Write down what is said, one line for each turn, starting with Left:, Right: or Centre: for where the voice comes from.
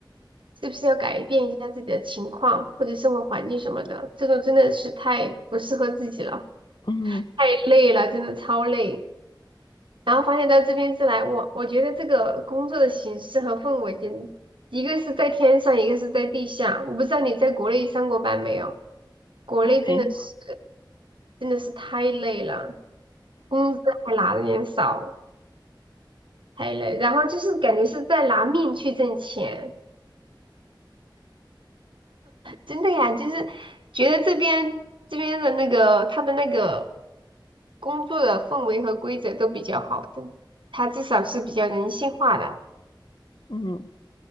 Right: 是不是要改变一下自己的情况或者生活环境什么的？这个真的是太不适合自己了，
Left: 嗯，
Right: 太累了，真的超累。然后发现到这边之来，我我觉得这个工作的形式和氛围，简直一个是在天上，一个是在地下。我不知道你在国内上过班没有？国内真的是
Left: 没有，
Right: 真的是太累了，工资还拿的有点少，太累。然后就是感觉是在拿命去挣钱。真的呀，就是觉得这边这边的那个他的那个工作的氛围和规则都比较好的，他至少是比较人性化的。
Left: 嗯，